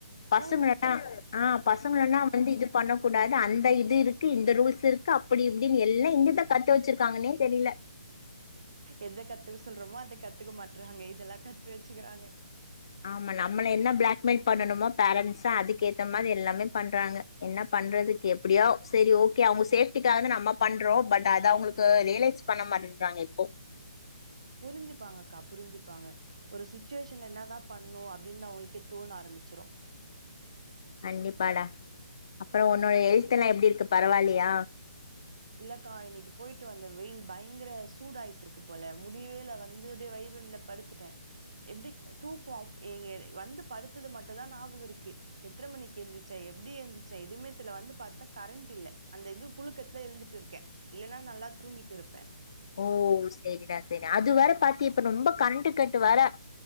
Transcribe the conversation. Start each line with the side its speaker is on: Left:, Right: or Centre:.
Left: பசங்கல்லா
Right: ஓ
Left: ஆஹ் பசங்கல்லா
Right: ஆ ஆ
Left: வந்து இது பண்ணக்கூடாது அந்த இது இருக்கு இந்த ரூல்ஸ் இது இருக்கு அப்டி இப்டின்னு எல்லா எங்கதா கத்து வச்சிருக்காங்கன்னே தெரியல
Right: எத கத்துக்க சொல்றோமோ அத கத்துக்க மாட்டுறாங்க இதெல்லா கத்து வச்சுக்கிறாங்க
Left: ஆமா நம்மள என்ன பிளாக்மெயில் பண்ணனுமோ பேரண்ட்ஸ அதுக்கேத்த மாரி எல்லாமே பண்றாங்க என்ன பண்றதுக்கு எப்டியோ சேரி ஓகே அவங்க சேஃடிகாக நம்ம பண்றோ பட் அத அவங்களுக்கு ரியலைஸ் பண்ண பண்றங்க இப்போ
Right: ஆஹ புரிஞ்சுப்பாங்க அக்கா புரிஞ்சுப்பாங்க ஒரு ஸ்சுடுவேஷன்ல என்னதா பண்ணு அப்டின்னு அவங்களுக்கே தோண ஆரம்பிச்சிரு <inaudible>
Left: கண்டிப்பாடா அப்புற உன்னோட ஹெல்த் எல்லா எப்டி இருக்கு பரவலாய
Right: இல்லக்கா இன்னைக்கு போயிட்டு வந்த வெயில் பயங்கர சூடாயிட்டு இருக்கு போல முடிவேல வந்து அப்டியே வயிறு வலில படுத்துட்டே எப்டி தூக்கோ அப் எ எ வந்து படுத்தது மட்டுதா ஞாபக இருக்கு எத்தன மணிக்கு எழுந்து ச்ச எப்டி எந்துருச்சு எதுவுமேல வந்து பாத்தா கரண்ட் இல்ல அந்த இது புழுக்கத்து ல எழுந்துட்டு இருக்க இல்லனா நல்லா இருப்பேன்
Left: ஓ செரிடா செரிடா அது வேறப் பாத்தியா இப்ப ரொம்ப கரண்ட்டு கட்டு வேற